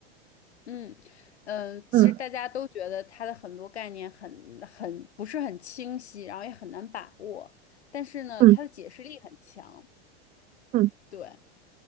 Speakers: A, on the left; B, on the right.
A: 嗯。嗯，呃其实大家都觉得它的很多概念很很不是很清晰，
B: 嗯
A: 然后也很难把握。但是呢，
B: 嗯
A: 它的解释力很强。
B: 嗯
A: 对，